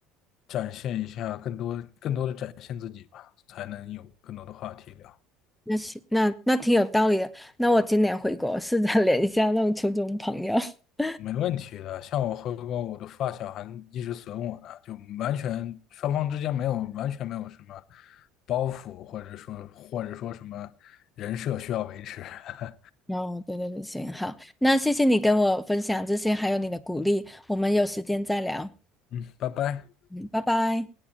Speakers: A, on the left (about 50°); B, in the centre.
A: 展现一下更多、更多的展现自己吧，才能有更多的话题聊。
B: 那行，那那挺有道理的。那我今年回国试着 <laughs> 联系一下那种初中朋友。<laughs>
A: 没问题的，像我和我的发小还一直损我呢，就完全双方之间没有完全没有什么包袱，或者说或者说什么人设需要维持。<laughs>
B: 哦，后，对对对，行，好，那谢谢你跟我分享这些，还有你的鼓励。我们有时间再聊。
A: 嗯，拜拜。
B: 嗯，拜拜。